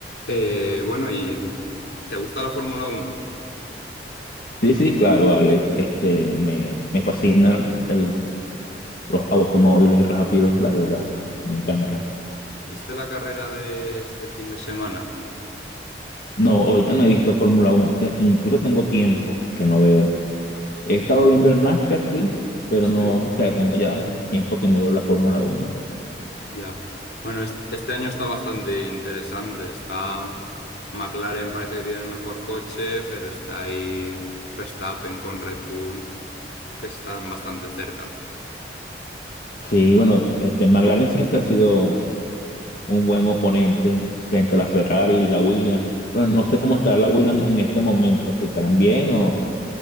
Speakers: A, on the left; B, on the left.
A: Eh, bueno, ¿y te gusta la Fórmula Uno?
B: Sí, sí, claro, Alex. Este, me, me fascinan el- los automóviles rápidos, la verdad. Me encanta.
A: ¿Viste la carrera de este fin de semana?
B: No, ahorita no he visto Fórmula Uno. Te- incluso tengo tiempo que no veo. He estado viendo el NASCAR, sí, pero
A: Sí.
B: no, o sea, tengo ya tiempo que no veo la Fórmula Uno.
A: Ya. Bueno, es- este año está bastante interesante. Está McLaren, parece que tiene el mejor coche, pero está ahí Verstappen con Red Bull, que están bastante cerca.
B: Sí, bueno, este, McLaren siempre ha sido un buen oponente frente a la Ferrari y la Williams. Bueno, no sé cómo estará la Williams en este momento, si estarán bien o